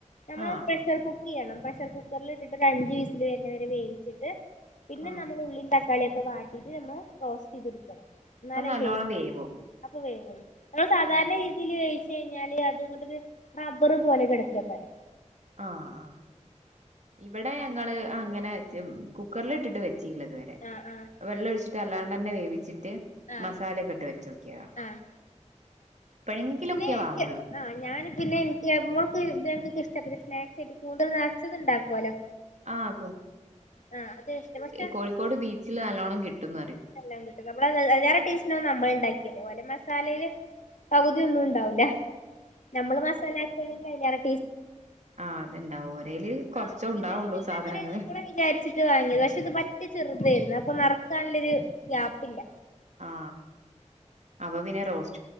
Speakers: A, on the left; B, on the right.
A: നമ്മള്
B: ആഹ്
A: പ്രഷർ കുക്ക് ചെയ്യണം പ്രഷർ കുക്കറിൽ ഇട്ടിട്ട് ഒരു അഞ്ച് വീസിൽ വരുന്നവരെ വേവിച്ചിട്ട് പിന്നെ
B: ആഹ്
A: നമ്മള് ഉള്ളീം തക്കാളി വാട്ടി ഇത് നമ്മൾ റോസ്റ്റ് ചെയ്തെടുക്കണം. എന്നാലെ
B: അപ്പൊ നല്ലോണം
A: ടേസ്റ്റ്
B: വേവും
A: അപ്പൊ വേവുള്ളൂ നമ്മള് സാധാരണ
B: ആഹ്
A: രീതിയില് വേവി കഴിഞ്ഞാല് അത്ങ്ങോട്ടൊരു റബ്ബർ പോലെ കിടക്കയ്ക്കാരം.
B: ആഹ് ആഹ് ഇവിടെ ഞങ്ങള് അങ്ങനെ കുക്കറിൽ ഇട്ടിട്ട് വെ ചില്ല ഇതുവരെ
A: ആഹ് ആഹ്
B: വെള്ളം ഒഴി അല്ലാടന്നെ വേവിച്ച ട്ട്
A: ആഹ്
B: മസാല കെട്ട് വെ ചോക്കിയാ
A: ആഹ്
B: എപ്പഴിങ്കിലോക്കെ
A: പിന്നെ എനിക്ക്
B: വാങ്ങൊള്ളൂ
A: ആഹ് ഞാൻ പിന്നെ എനിക്ക് <unintelligible> ഇഷ്ടപ്പെട്ട സ്നാക്സ് കൂടുതൽ സ്നാക്സ് ഉണ്ടാക്കൊല്ലോ
B: ആ
A: ആ അത് ഇഷ്ടം പക്ഷെ
B: കോഴിക്കോട് ബീച്ചില് നല്ലോണം കിട്ടുംന്ന് പറയും
A: എല്ലാം കിട്ട അ വേറെ ടേസ്റ്റിനന്ന് നമ്മൾ ഉണ്ടാക്കി ഓലെ മസാലയില് പകുതിയാന്നും ഉണ്ടാവൂല നമ്മള് മസാലാക്കക്കുകയാണെങ്കി അയ്ലാറേ
B: ആ അത്ണ്ടാവും ഓരൽ കൊറച്ച
A: ആഹ്
B: ഉണ്ടാവുള്ളൂ
A: ഇത് ഞങ്ങൾ
B: സാധനങ്ങള്
A: അങ്ങനെ ആക്കണം വിചാരിച്ചിട്ട് വാങ്ങിയത പക്ഷെ ഇത് പറ്റി ചെറുതായിരുന്നു അപ്പൊ നറക്കാനുള്ള ഒരു ഗ്യാപ്പില്ല
B: ആ അപ്പൊ പിന്നെ റോസ്